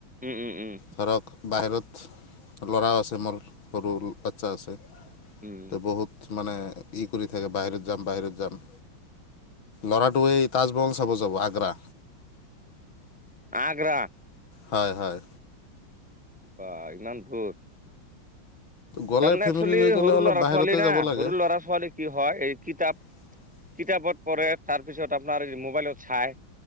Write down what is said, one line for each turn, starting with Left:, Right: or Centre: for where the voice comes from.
Centre: উম উম উম।
Left: ধৰক বাহিৰত ল'ৰাও আছে মোৰ সৰু বাচ্ছা আছে
Centre: উম,
Left: ত বহুত মানে ই কৰি থাকে বাহিৰত যাম - বাহিৰত যাম। লৰাটোৱে তাজমহল চাব যাব আগ্ৰা।
Centre: আগ্ৰা।
Left: হয় - হয়।
Centre: বা ইমান ধুৰ। তাৰমানে
Left: গ'লে ফেমিলি
Centre: একচোৱালি
Left: লৈ গ'লে
Centre: সৰু
Left: অলপ
Centre: ল'ৰা
Left: বাহিৰতে
Centre: ছোৱালী না
Left: যাব লাগে
Centre: সৰু ল'ৰা ছোৱালী কি হয় এই কিতাপ
Left: <inaudible>
Centre: কিতাপত পঢ়ে তাৰপিছত আপোনাৰ মোবাইলত চাই